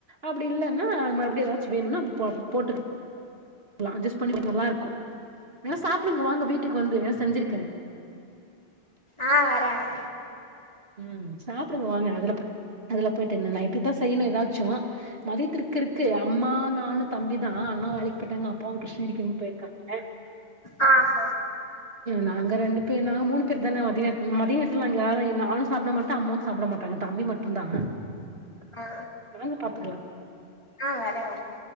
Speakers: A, on the right; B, on the left.
A: அப்டி இல்லைன்னா மறுப்டி ஏதாச்சு வேணுன்னா அப்ப போட் போட்டு லா அட்ஜஸ்ட் பண்ணி <inaudible> நல்லா இருக்கு இல்லனா சாப்டுங்க வாங்க வீட்டுக்கு வந்து வ செஞ்சிருக்க
B: ஆ வர வர
A: ம் சாப்டுங்க வாங்க அதுல போ அதுல போய்ட்டு என்ன நைட்டுக்தா செய்ணு ஏதாச்சு மதியத்ருக்குருக்கு அம்மா நானு தம்பிதா அண்ணா வேலைக் பொய்ட்டாங்க அப்பாவு கிருஷ்ணகிரிக்கி இங்க போய்ருக்காங்க
B: ஆ ஹ
A: நாங்க ரெண்டு பேர் நாங்க மூணு பேர்தான மதியத் மதியேத்துல நாங்க யாரு நானு சாப்ட மாட் தா முஸ் சாப்ட மாட்டாங்க தம்பி மட்டுதா
B: ஆ
A: வாங்க பாத்துக்கலா
B: ஆ வர வர